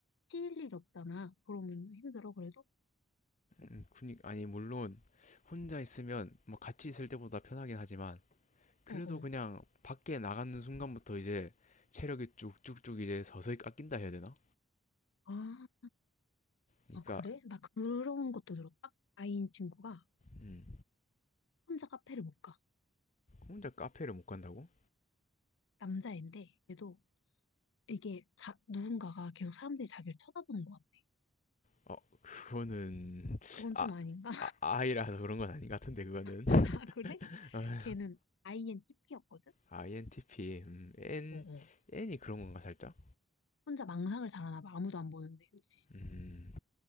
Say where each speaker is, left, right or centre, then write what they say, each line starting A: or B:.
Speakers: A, on the left; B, on the left.
A: 튀일 일 없잖아. 그러면 힘들어, 그래도?
B: 음, 그니 아니 물론 혼자 있으면 뭐 같이 있을 때보다 편하긴 하지만. 그래도
A: 어, 어.
B: 그냥 밖에 나가는 순간부터 이제 체력이 쭉쭉쭉 이제 서서히 깎인다 해야 되나?
A: 아,
B: 그러니까
A: 아, 그래? 나 그런 것도 들었다? 아이인 친구가
B: 음,
A: 혼자 카페를 못 가.
B: 혼자 카페를 못 간다고?
A: 남자애인데, 그래도 이게 자, 누군가가 계속 사람들이 자기를 쳐다보는 것 같아.
B: 어, 그거는
A: 그건
B: 아,
A: 좀 아닌가?
B: 아 아이라서 그런 건 아닌 것 같은데 그거는 <laughs>
A: <laughs> 아, 그래? 걔는 아이엔 TP였거든?
B: INTP 음, N
A: 어, 어.
B: N이 그런 건가 살짝?
A: 혼자 망상을 잘하나 봐. 아무도 안 보는데, 그치?
B: 음,